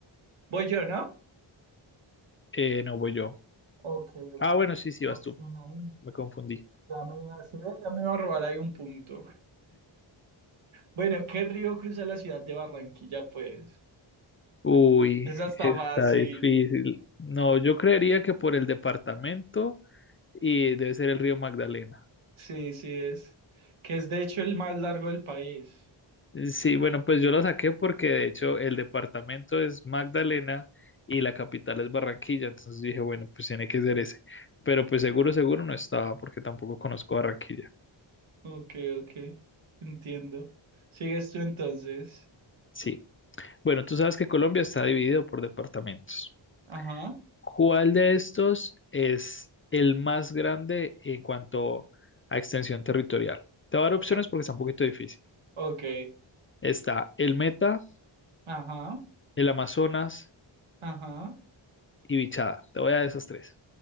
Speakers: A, on the right; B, on the left.
A: Voy yo, ¿no?
B: Eh, no voy yo.
A: Ok, ok.
B: Ah, bueno, sí, sí, vas
A: No sé,
B: tú.
A: no.
B: Me confundí.
A: Ya me iba a decir, "Eh, ya me iba a robar ahí un punto. Bueno, ¿qué río cruza la ciudad de Barranquilla, pues?
B: Uy,
A: Esa está
B: está
A: fácil.
B: difícil. No, yo creería que por el departamento y debe ser el río Magdalena.
A: Sí, sí es. Que es de hecho el más largo del país.
B: Sí, bueno, pues yo la saqué porque de hecho el departamento es Magdalena y la capital es Barranquilla, entonces dije, bueno, pues tiene que ser ese. Pero pues seguro, seguro no estaba porque tampoco conozco Barranquilla.
A: Ok, ok. Entiendo. Sigues tú entonces.
B: Sí. Bueno, tú sabes que Colombia está dividido por departamentos.
A: Ajá.
B: ¿Cuál de estos es el más grande en cuanto a extensión territorial? Te voy a dar opciones
A: La-
B: porque está un poquito difícil.
A: Ok.
B: Está el Meta,
A: Ajá.
B: el Amazonas
A: Ajá.
B: y Bichada. Te voy a dar esas tres.